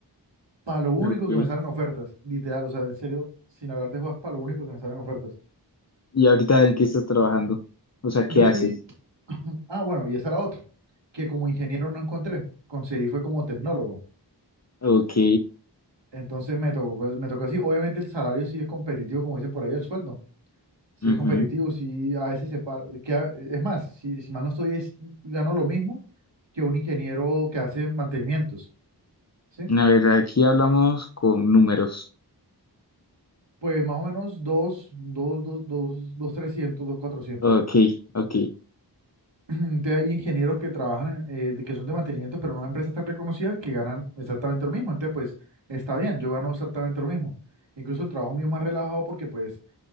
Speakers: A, on the right (about 85°); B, on the left (about 40°).
A: Para lo único
B: Ok.
A: que me salen ofertas, literal, o sea, en serio, sin hablarte juegas, para lo único que me salen ofertas.
B: ¿Y ahorita en qué estás trabajando? O sea,
A: Yo
B: ¿qué
A: soy
B: haces?
A: Ah, bueno, y esa era otra, que como ingeniero no encontré, conseguí fue como tecnólogo.
B: Ok.
A: Entonces me tocó, pues, me tocó así. Obviamente el salario sí es competitivo, como dicen por ahí, el sueldo. Sí
B: ujú.
A: es competitivo, sí a veces se para. Que a- es más, si, si mal no estoy, es, gano lo mismo que un ingeniero que hace mantenimientos, ¿sí?
B: La verdad, aquí hablamos con números.
A: Pues más o menos dos, dos, dos, dos, dos, 300, dos, 400.
B: Ok, ok.
A: Entonces hay ingenieros que trabajan, en, eh, de- que son de mantenimiento, pero no en empresas tan reconocidas que ganan exactamente lo mismo. Entonces, pues, está bien, yo gano exactamente lo mismo. Incluso el trabajo mío es más relajado porque, pues,